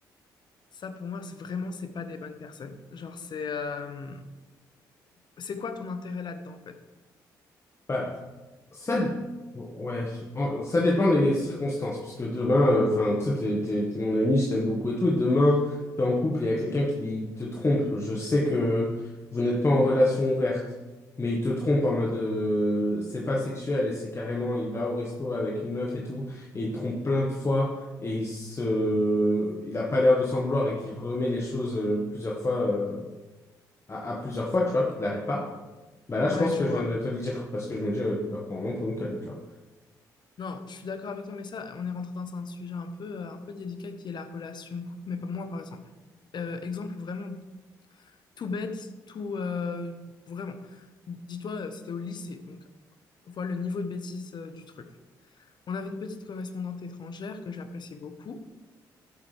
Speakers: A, on the left (about 50°); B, on the left (about 30°).
A: ça, pour moi, c'est vraiment, c'est pas des bonnes personnes. Genre, c'est, euh, c'est quoi ton intérêt là-dedans, en fait?
B: Bah, Ça, ouais, je- en- ça dépend des circonstances, parce que demain, euh, enfin, tu sais, t'es, t'es- t'es mon ami, je t'aime beaucoup et tout, et demain, t'es en couple et il y a quelqu'un qui te trompe. Je sais que vous n'êtes pas en relation ouverte, mais il te trompe en mode, euh, c'est pas sexuel et c'est carrément, il va au resto avec une meuf et tout, et il te trompe plein de fois et il se, il a pas l'air de s'en vouloir et qu'il remet les choses euh, plusieurs fois, euh, à, à plusieurs fois, tu vois, qu'il l'arrête pas. Bah là,
A: Ouais,
B: je pense
A: je
B: que
A: vois.
B: je viendrais te le dire parce que je me dis, euh, il va prendre un nom pour une conne, tu vois.
A: Non, je suis d'accord avec toi, mais ça, on est rentré dans un sujet un peu, euh, un peu délicat qui est la relation de couple, mais pas moi, par exemple. Euh, exemple vraiment tout bête, tout euh, vraiment. Dis-toi, euh, c'était au lycée, donc vois le niveau de bêtise euh, du truc. On avait une petite correspondante étrangère que j'appréciais beaucoup,